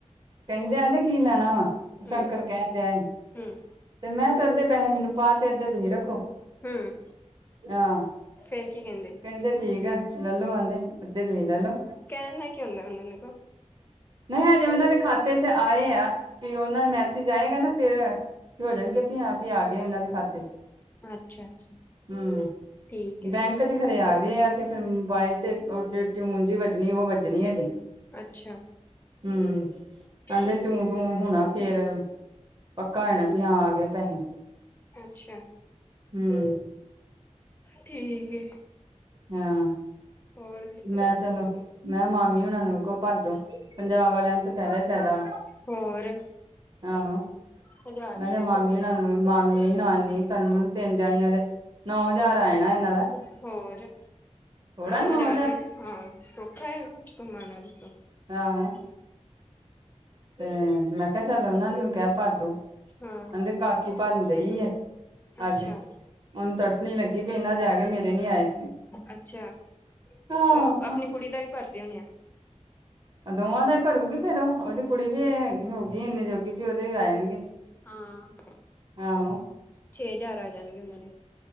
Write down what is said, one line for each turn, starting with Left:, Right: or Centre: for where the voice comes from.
Right: ਕਹਿੰਦਿਆ ਨ ਕੀ ਲੈਣਾ ਵਾ,
Left: ਹਮ
Right: ਸ਼ੰਕਰ ਕਹਿਣ ਦਿਆ ਹੀ।
Left: ਹਮ
Right: ਤੇ, ਮੈਂ, ਤੇ ਅੱਧੇ ਪੈਹੇ ਮੈਨੂੰ ਪਾਤੇ, ਅੱਧੇ ਤੁਹੀ ਰੱਖੋ।
Left: ਹੂੰ,
Right: ਆਹ
Left: ਫਿਰ ਕੀ ਕਹਿੰਦੇ?
Right: ਕਹਿੰਦੇ ਠੀਕ ਆ, ਲਲੋ ਆਂਦੇ, ਅੱਧੇ ਤੁਹੀ ਲੈਲੋ।
Left: ਕਹਿਣ ਨਾਲ ਕੀ ਹੁੰਦਾ, ਉਹਨਾਂ ਨੁੰ ਕੋ।
Right: ਨਹੀਂ ਹਜੇ, ਉਹਨਾਂ ਦੇ ਖਾਤੇ ਚ ਆਏ ਆ, ਤੇ ਉਹਨਾਂ ਮੈਸੇਜ ਆਏਗਾ ਨਾ ਫੇਰ ਵੀ ਹੋ ਜਾਣਗੇ, ਵੀ ਹਾਂ ਵੀ ਆ ਗਏ ਇਹਨਾਂ ਦੇ ਖਾਤੇ ਚ
Left: ਅੱਛਾ-ਅੱਛਾ,
Right: ਹੂੰ
Left: ਠੀਕ ਐ।
Right: ਬੈਂਕ, ਚ ਖਰੇ ਆ ਗਏ, ਆ ਤੇ ਫਿਰ ਮੋਬਾਇਲ ਤੇ ਉਹ ਟਿਊਨ ਜੀ ਵੱਜਣੀ ਉਹ ਵੱਜਣੀ ਹੈਜੇ।
Left: ਅੱਛਾ,
Right: ਹੂੰ, ਕਹਿੰਦੇ
Left: ਠੀਕ,
Right: ਟੂੰ-ਟੂੰ ਹੋਣਾ। ਫੇਰ ਪੱਕਾ ਹੋਣਾ, ਵੀ ਹਾਂ ਆ ਗਏ ਪੈਸੇ
Left: ਅੱਛਾ,
Right: ਹੂੰ,
Left: ਠੀਕ ਏ,
Right: ਹਾਂ
Left: ਹੋਰ ਦੱਸੋ?
Right: ਮੈਂ ਚਲੋ, ਮੈਂ ਕਿਹਾ, ਮਾਮੀ ਹੁਣ ਨੂੰ ਕੋ ਭਰਦੋ ਪੰਜਾਬ ਵਾਲਿਆਂ ਨੂੰ ਤਾਂ ਫਾਇਦਾ ਹੀ ਫਾਇਦਾ।
Left: ਹੋਰ,
Right: ਆਹੋੋ
Left: ਹਜ਼ਾਰ ਰੁਪਇਆ,
Right: ਮੈਂਰੇ ਮਾਮੇ ਨਾਲ ਨੂੰ ਮਾਮੀ, ਨਾਨੀ ਤਨੂੰ ਤਿੰਨ ਜਾਣਿਆਂ ਦੇ ਨੌ ਹਜ਼ਾਰ ਆਏ ਨਾ ਇਹਨਾਂ ਦਾ
Left: ਹੋਰ
Right: ਥੋੜਾ
Left: ਨੋ
Right: ਨੌ
Left: ਹਜ਼ਾਰ ਕੋਈ ਹਾਂ ਸੌਖਾ ਹੈ, ਘੁੰਮਾਣਾ ਤਾਂ ਸੌਖਾ
Right: ਹਾਂ, ਤੇ ਮੈਂ ਕਿਹਾ ਚੱਲ ਉਹਨਾ ਨੂੰ ਵੀ ਕਹਿ ਭਰਦੋ ਕਹਿੰਦੇ
Left: ਹਾਂ,
Right: ਕਾਕੀ ਭਰਨ ਦੇਈ ਆ।
Left: ਅੱਛਾ,
Right: ਅੱਜ ਉਹਨੂੰ ਤੜਫਨੀ ਲੱਗੀ, ਵੀ ਇਹਨਾਂ ਦੇ ਆ ਗਏ ਮੇਰੇ ਨੀ ਆਏ।
Left: ਅੱਛਾ,
Right: ਆਹ
Left: ਉਹ ਆਪਣੀ ਕੁੜੀ ਦਾ ਵੀ ਭਰਦੇ ਹੋਦੇ ਆ।
Right: ਦੋਵਾਂ ਦਾ ਹੀ ਭਰੂਗੀ ਫੇਰ ਉਹਦੀ ਕੁੜੀ ਵੀ ਇਹ ਹੈਗੀ, ਹੋਗੀ ਇੰਨੀ ਜੋਗੀ ਤੇ ਉਹਦੇ ਵੀ ਆ ਜਾਣਗੇ।
Left: ਹਾਂ,
Right: ਆਹੋ
Left: ਛੇ ਹਜਾਰ ਆ ਜਾਣਗੇ ਉਹਨਾਂ ਦੇ